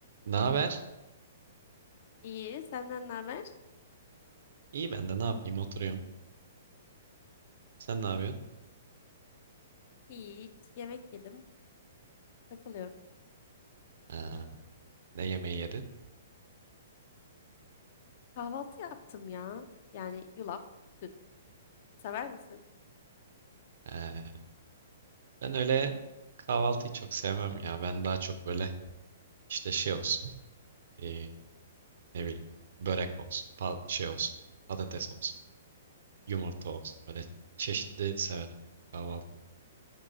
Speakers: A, on the right; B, on the left.
A: Ne haber?
B: İyi, senden ne haber?
A: İyi ben de ne yapayım oturuyorum. Sen ne yapıyorsun?
B: Hiç, yemek yedim, takılıyorum.
A: Ha, ne yemeği yedin?
B: Kahvaltı yaptım ya. Yani yulaf, süt. Sever misin?
A: Ha, ben öyle kahvaltıyı çok sevmem ya. Ben daha çok böyle işte şey olsun. e, ne bileyim börek olsun, pa- şey olsun, patates olsun, yumurta olsun. Böyle çeşitli severim kahvaltı.